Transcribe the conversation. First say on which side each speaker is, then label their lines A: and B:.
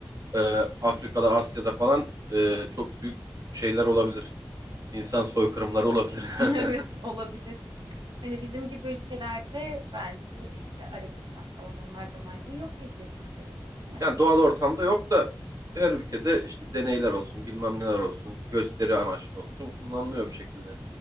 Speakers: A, on the right; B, on the right.
A: Ee, Afrika'da, Asya'da falan e, çok büyük şeyler olabilir. İnsan soykırımları olabilir.
B: Evet
A: <laughs>
B: olabilir. Hani bizim gibi ülkelerde belki işte Arabistan falan onlarda maymun yok bildiğim kadarıyla değil mi?
A: Yani doğal ortamda yok da her ülkede işte deneyler olsun, bilmem neler olsun, gösteri amaçlı olsun kullanılıyor bir şekilde.